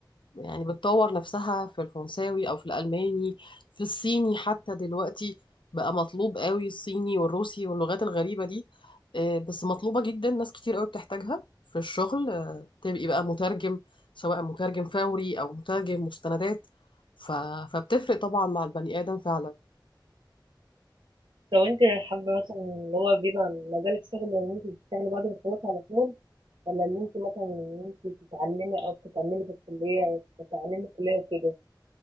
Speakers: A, on the left; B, on the right.
A: يعني بتطور نفسها في الفرنساوي أو في الألماني في الصيني حتى دلوقتي بقى مطلوب قوي الصيني والروسي واللغات الغريبة دي آه، بس مطلوبة جدا ناس كتير قوي بتحتاجها في الشغل آه، تبقي بقى مترجم سواء مترجم فوري أو مترجم مستندات ف... فبتفرق طبعا مع البني آدم فعلا
B: لو انت حابة مثلا اللي هو بيبقى مجالك شغل ان انت تشتغلي بعد ما تخلصي على طول ولا ان انت مثلا ان انت تتعلمي او تتعلمي في الكلية تتعلمي في الكلية وكده